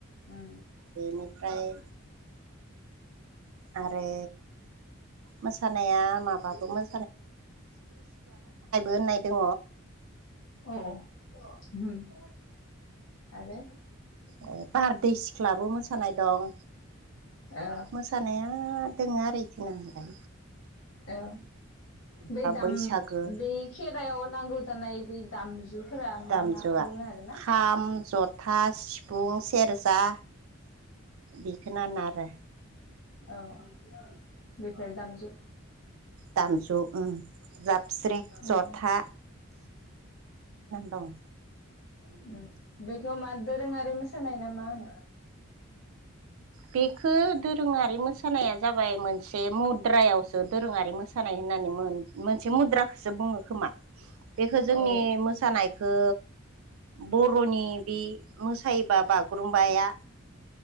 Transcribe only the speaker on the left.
उम
औ उम आरो
औ
औ बै दाम
बे खेरायाव नांगौ जानाय बे दामजु फोरा मा
मा बुंनो हागोन ना?
<inaudible>
औ औ बेफोर दामजु
उम
उम बेखौ मा दोरोंङारि मोसानाय ना मा होनो।
औ